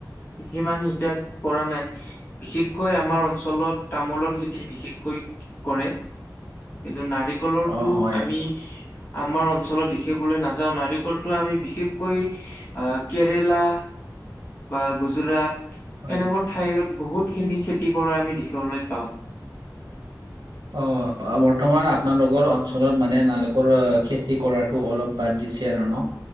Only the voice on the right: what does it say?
অ' হয়
হয়
অহ। অহ, বৰ্তমান আপোনালোকৰ অঞ্চলত মানে নাৰিকৰ খেতি কৰাতো অলপ বাদ দিছে আৰু ন'।